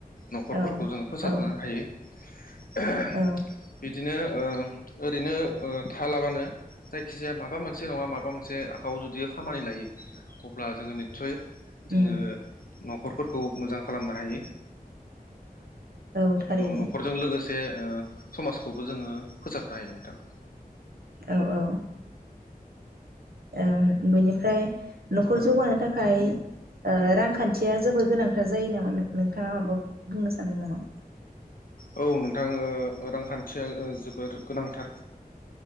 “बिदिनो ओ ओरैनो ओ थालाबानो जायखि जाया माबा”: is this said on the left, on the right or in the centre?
Left